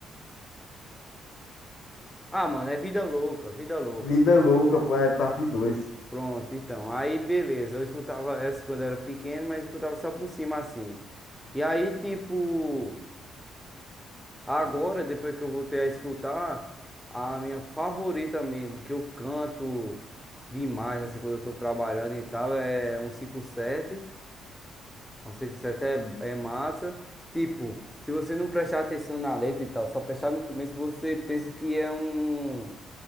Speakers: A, in the centre; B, on the left.
A: Ah, mano, é vida louca, vida louca.
B: Vida louca, pô, é parte dois
A: Pr- Pronto, então. Aí, beleza. Eu escutava essa quando era pequeno, mas escutava só por cima assim. E aí, tipo. Agora, depois que eu voltei a escutar, a minha favorita mesmo, que eu canto demais, assim, quando eu tô trabalhando e tal, é um cinco sete Um 57 é, é massa. Tipo, se você não prestar atenção na letra e tal, só prestar no começo, você pensa que é um.